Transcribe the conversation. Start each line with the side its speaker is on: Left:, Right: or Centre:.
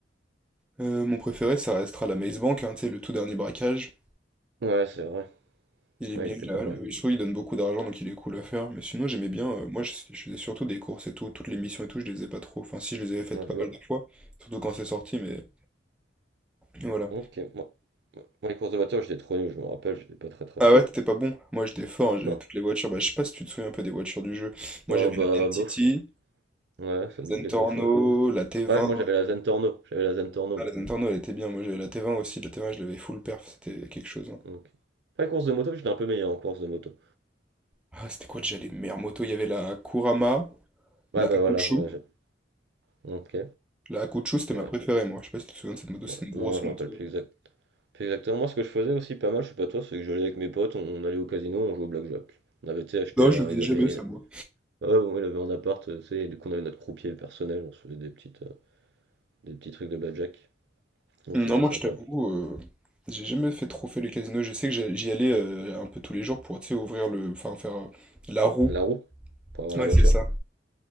Centre: euh, mon préféré, ça restera la Maze Bank, hein, tu sais, le tout dernier braquage.
Right: Ouais, c'est vrai.
Centre: Il est
Right: Ouais,
Centre: bien,
Right: il était
Centre: il
Right: pas
Centre: a,
Right: mal.
Centre: mais je trouve qu'il donne beaucoup d'argent, donc il est cool à faire. Mais sinon, j'aimais bien. euh, moi, je, je faisais surtout des courses et tout. Toutes les missions et tout, je les faisais pas trop. Enfin, si, je les avais faites
Right: Ouais, ouais.
Centre: pas mal de fois. Surtout quand c'est sorti, mais voilà.
Right: Ok, moi. Moi, les courses de voiture, j'étais trop nul, je me rappelle, j'étais pas très très
Centre: Ah
Right: fort.
Centre: ouais, t'étais pas bon. Moi, j'étais fort. hein, j'avais
Right: Non.
Centre: toutes les voitures. Bah, je sais pas si tu te souviens un peu des voitures du jeu. Moi,
Right: Ah
Centre: j'avais
Right: bah,
Centre: la NTT,
Right: bof. Ouais,
Centre: la
Right: ça me dit
Centre: Zentorno,
Right: quelque chose.
Centre: la T20.
Right: Ouais, moi j'avais la Zentorno, j'avais la Zentorno,
Centre: Ah,
Right: moi.
Centre: la Zentorno, elle était bien. Moi, j'avais la T20 aussi. La T20, je l'avais full perf. C'était quelque chose. hein.
Right: Donc. Après, course de moto, j'étais un peu meilleur en course de moto.
Centre: Ah, c'était quoi déjà les meilleures motos? Il y avait la Kurama,
Right: Ouais,
Centre: la
Right: bah
Centre: Akuchu.
Right: voilà, ouais, je- ok.
Centre: La Akuchu, c'était
Right: Ouais.
Centre: ma préférée, moi. Je sais pas si tu te souviens de cette moto. C'est
Right: Ouais,
Centre: une grosse
Right: Non, je
Centre: moto.
Right: me rappelle plus, exact- plus exactement. Moi, ce que je faisais aussi pas mal, je sais pas toi, c'est que j'allais avec mes potes, on, on allait au casino, on jouait au blackjack. On avait, tu sais, acheté,
Centre: Non,
Right: un-
Centre: je faisais
Right: ils
Centre: jamais
Right: avaient,
Centre: ça, moi.
Right: ah ouais, bon, il avait un appart, euh, tu sais, et du coup, on avait notre croupier personnel, on se faisait des petites, euh, des petits trucs de blackjack. Donc,
Centre: Non,
Right: c'était
Centre: moi,
Right: sympa.
Centre: je t'avoue, euh, j'ai jamais fait trop fait les casinos. Je sais que j'a- j'y allais euh, un peu tous les jours pour, tu sais, ouvrir le... Enfin, faire euh, la roue.
Right: La roue, pour avoir
Centre: Ouais,
Right: la voiture.
Centre: c'est ça.